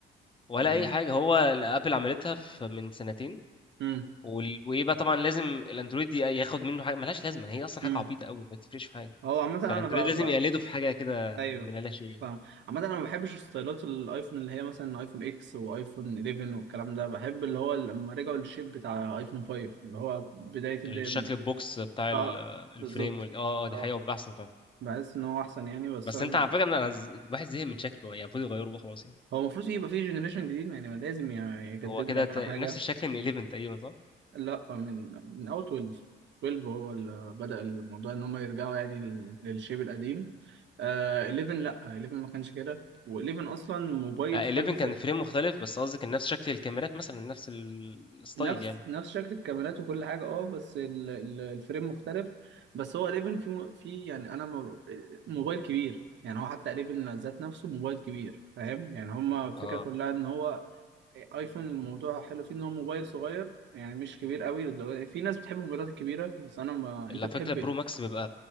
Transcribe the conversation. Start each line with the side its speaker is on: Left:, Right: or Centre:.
Left: ولا
Right: آه.
Left: اي حاجه هو اللي ابل عملتها في من سنتين
Right: امم
Left: وال- ويبقى طبعا لازم الاندرويد ي- ياخد منه حاجه ملهاش لازمه هي اصلا
Right: امم
Left: حاجه عبيطه قوي ما تفرقش في حاجه
Right: هو عامة
Left: فالاندرويد
Right: انا
Left: لازم
Right: ب... ب...
Left: يقلده في حاجه كده
Right: ايوه
Left: من لا شيء
Right: فاهم عامة انا ما بحبش ستايلات الايفون اللي هي مثلا ايفون اكس وايفون 11 والكلام ده بحب اللي هو لما رجعوا للشيب بتاع ايفون 5 اللي هو بداية الدقيقة
Left: الشكل البوكس بتاع
Right: اه
Left: ال- الفريم
Right: بالظبط
Left: وال... اه اه
Right: اه
Left: دي حقيقه بيبقى احسن فعلا
Right: بحس ان هو احسن يعني بس
Left: بس
Right: أنا-
Left: انت على فكره إن انا ز- الواحد زهق من شكله يعني المفروض يغيره بقى خلاص يعني
Right: هو المفروض يبقى فيه جنريشن جديد يعني لازم ي- يجددوا
Left: هو كده
Right: يعملوا
Left: ت- نفس
Right: حاجة
Left: الشكل من 11 تقريبا صح؟
Right: لا من من اول 12 12 هو اللي بدأ الموضوع ان هم يرجعوا يعني لل- للشيب القديم آه 11 لا 11 ما كانش كده و11 اصلا موبايل
Left: آه
Right: في حد
Left: 11 كان فريم مختلف بس قصدي كان نفس شكل الكاميرات مثلا نفس ال- الستايل
Right: نفس
Left: يعني
Right: نفس شكل الكاميرات وكل حاجه اه بس ال- ال- الفريم مختلف بس هو 11 في م- في يعني انا ما- موبايل كبير يعني هو حتى 11 ذات نفسه موبايل كبير فاهم يعني هما الفكره
Left: اه
Right: كلها ان هو ايفون الموضوع حلو فيه ان هو موبايل صغير يعني مش كبير قوي للدرجه دي. في ناس بتحب الموبايلات الكبيره بس انا ما
Left: على
Right: انت بتحب
Left: فكره برو
Right: إيه؟
Left: ماكس بيبقى